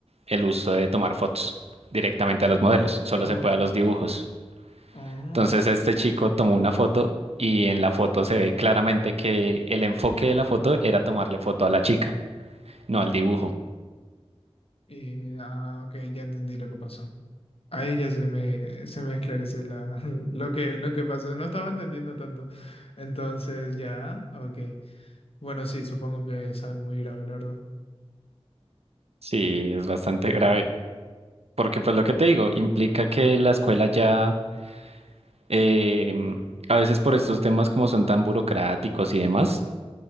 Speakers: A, on the right (about 70°); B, on the left (about 65°).
A: el uso de tomar fotos directamente a los modelos, solo
B: O,
A: se puede a los dibujos.
B: oh,
A: Entonces este chico tomó una foto y en la foto se ve claramente que el enfoque de la foto era tomarle foto a la chica, no al dibujo.
B: y, ah, ok, ya entendí lo que pasó. Ahí ya se me, se me esclarece la, <laughs> lo que, lo que pasó. No estaba entendiendo tanto. Entonces, ya, ok. Bueno, sí, supongo que es algo muy grave, la verdad.
A: Sí, es bastante grave, porque pues lo que te digo, implica que la escuela ya, em, a veces por estos temas como son tan burocráticos y demás,